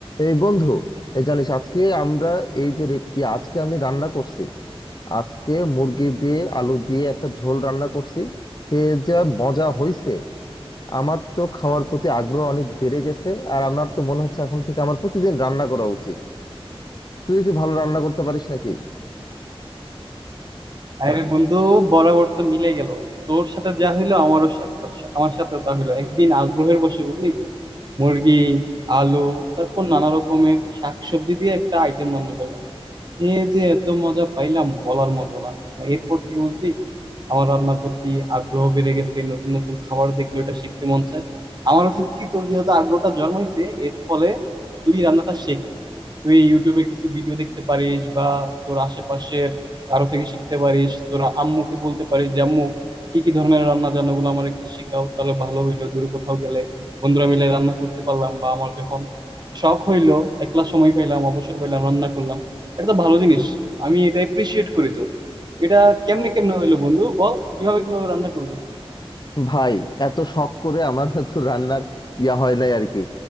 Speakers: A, on the left (about 45°); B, on the right (about 45°).
A: এই বন্ধু এই জানিস আজকে আমরা এই যে রে- ই আজকে আমি রান্না করছি আজকে মুরগি দিয়ে আলু দিয়ে একটা ঝোল রান্না করছি খেয়ে যা মজা হয়েছে আমার তো খাওয়ার প্রতি আগ্রহ অনেক বেড়ে গেছে আর আমার তো মনে হচ্ছে এখন থেকে আমার প্রতিদিন রান্না করা উচিত তুই কি ভালো রান্না করতে পারিস নাকি
B: আরে বন্ধু বরাবর তো মিলে গেল তোর সাথে যা হইলো আমারও সাথে- আমার সাথেও তা হইলো একদিন আগ্রহের বসে বুঝলি মুরগি আলু তারপর নানা রকমের শাকসবজি দিয়ে একটা আইটেম রান্না করলাম কে যে এত মজা পাইলাম বলার মতো না মানে এরপর থেকে বুঝলি আমার রান্নার প্রতি আগ্রহ বেড়ে গেছে নতুন নতুন খাবার দেখলে ওটা শিখতে মন চায় আমার উচিত কি তোর যেহেতু আগ্রহটা জন্মাইছে এর ফলে তুই রান্নাটা শেখ তুই ইউটিউবে কিছু ভিডিও দেখতে পারিস বা তোর আশেপাশের কারো থেকে শিখতে পারিস তোর আম্মুকে বলতে পারিস যে আম্মু কি কি ধরনের রান্না জানো গুলো আমার একটু শিখাও তাহলে ভালো হইলো দূরে কোথাও গেলে বন্ধুরা মিলে রান্না করতে পারলাম বা আমার যখন শখ হইলো একলা সময় পাইলাম অবসর পাইলাম রান্না করলাম এটা তো ভালো জিনিস আমি এটা এপ্রিসিয়েট করি তো এটা কেমনে কেমনে হইলো বন্ধু বল কিভাবে কিভাবে রান্না করলি
A: ভাই এত শখ করে আমার <laughs> তো রান্নার ইয়া হয় নাই আর কি